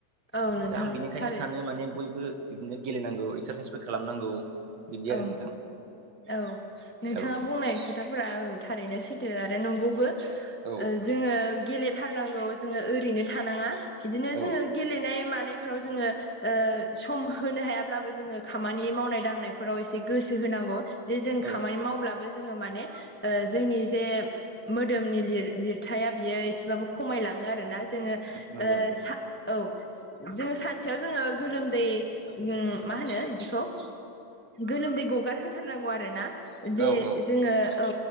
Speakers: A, on the left; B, on the right.
A: औ नोंथां
B: दा आं बिनिखायनो
A: थारै
B: सानो माने बयबो बिदिनो गेलेनांगौ एक्सारसाइसबो खालामनांगौ बिदि आरो
A: औ
B: नोंथां
A: औ नोंथाङा
B: औ
A: बुंनाय खो खोथाफोरा औ थारैनो सैथो आरो नंगौबो।
B: औ
A: ओ जोङो गेलेथारनांगौ जोङो ओरैनो थानाङा। बिदिनो
B: औ
A: जोङो गेलेनाय मानायफ्राव जोङो सम होनो हायाब्लाबो जोङो खामानि मावनाय दांनाय फोराव एसे गोसो होनांगौ जे जों
B: औ
A: खामानि मावब्लाबो जोङो माने जोंनि जे मोदोमनि लिर लिरथाया बियो एसेबाबो खमायलाङो आरोना। जोङो
B: नंगौ नंगौ
A: सा औ जोङो सानसेयाव जोङो गोलोमदै मा होनो बिदिखौ गोलोमदै गगारहोथारनांगौ आरोना जे
B: औ औ
A: जोङो औ